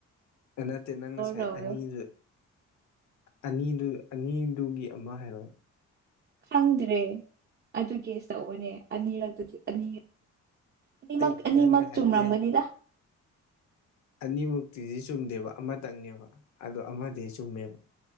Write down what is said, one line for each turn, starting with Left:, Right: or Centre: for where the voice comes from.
Left: ꯅꯠꯇꯦ ꯅꯪ ꯉꯁꯥꯏ
Right: ꯇꯧꯕꯗꯣ
Left: ꯑꯅꯤꯗꯨ ꯑꯅꯤꯗꯨ ꯑꯅꯤꯗꯨꯒꯤ ꯑꯃ ꯍꯥꯏꯔꯣ
Right: ꯈꯪꯗ꯭ꯔꯦ ꯑꯗꯨꯒꯤꯁꯤ ꯇꯧꯕꯅꯦ ꯑꯅꯤꯔꯛꯇꯗꯤ ꯑꯅꯤ ꯑꯅꯤꯃꯛ
Left: ꯑꯩ
Right: ꯑꯅꯤꯃꯛ
Left: ꯅꯪ ꯉꯁꯥꯏꯒꯤ
Right: ꯆꯨꯝꯔꯝꯒꯅꯤꯗ
Left: ꯑꯅꯤꯃꯨꯛꯇꯤꯗꯤ ꯆꯨꯝꯗꯦꯕ ꯑꯃꯇꯪꯅꯦꯕ ꯑꯗꯣ ꯑꯃꯗꯤ ꯆꯨꯝꯃꯦꯕ